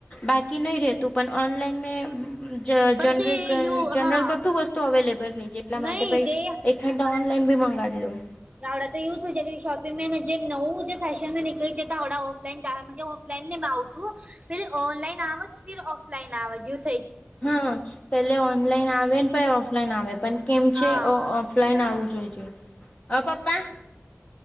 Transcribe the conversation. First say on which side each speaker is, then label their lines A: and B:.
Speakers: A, on the left; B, on the right.
A: બાકી નહીં રહેતું પણ ઓનલાઈન મેં જ
B: પણ
A: જનર
B: તે યુ
A: જનરલ
B: હા
A: બધું વસ્તુ અવેલેબલ રહી જ એટલા
B: નહી
A: માટે પ એા
B: તે
A: તો ઓનલાઈન ભી મંગાડલું.
B: નાવડા થી યુદ્ધ જેની શોપિંગ મેં મુજે નવું જ ફેેશન નીકળી કે થોડા ઓફલાઈન ઓફલાઈન ને મે આવતું પે ઓનલાઈન આમ જ ફીર ઓફલાઈન આવા જો
A: હા પેલે ઓનલાઈન આવે ને પે ઓફલાઈન આવે પણ કેમ
B: હા
A: છે ઓ ઓ ઓફલાઈન આવું જોઈ ઓ અ પપ્પા